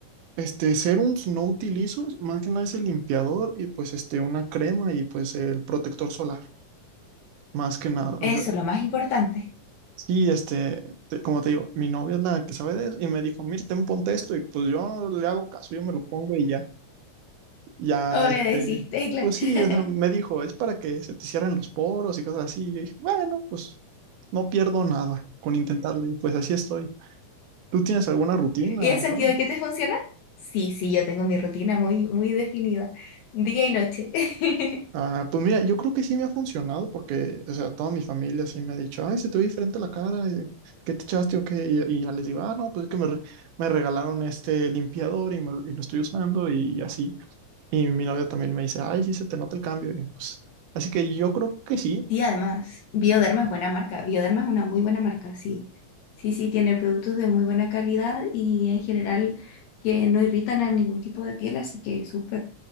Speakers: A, on the right (about 85°); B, on the left (about 75°).
A: Este, serums no utilizo, más que nada es el limpiador y pues este, una crema y pues el protector solar, más que nada.
B: Eso
A: O sea,
B: es lo más importante.
A: sí, este, te- como te digo, mi novia es la que sabe de eso y me dijo, mira, ten, ponte esto y pues yo le hago caso, yo me lo pongo y ya, ya,
B: Obedeciste,
A: este,
B: claro.
A: pues sí,
B: <laughs>
A: o sea, me dijo, es para que se te cierren los poros y cosas así. Yo dije, bueno, pues no pierdo nada con intentarlo y pues así estoy. ¿Tú tienes alguna rutina
B: ¿Y has
A: o
B: sentido
A: algo?
B: que te funciona? Sí, sí, yo tengo mi rutina muy, muy definida, día y noche. <laughs>
A: Ah, pues mira, yo creo que sí me ha funcionado porque, o sea, toda mi familia sí me ha dicho, ay, se te ve diferente la cara, eh, ¿qué te echaste o qué? Y, y ya les digo, ah, no, pues es que me, re- me regalaron este limpiador y, me lo y lo estoy usando y así. Y mi novia también me dice, ay, sí, se te nota el cambio. y pues, así que yo creo que sí,
B: Y además, Bioderma es buena marca. Bioderma es una muy buena marca, sí. Sí, sí, tiene productos de muy buena calidad y en general que no irritan a ningún tipo de piel, así que súper.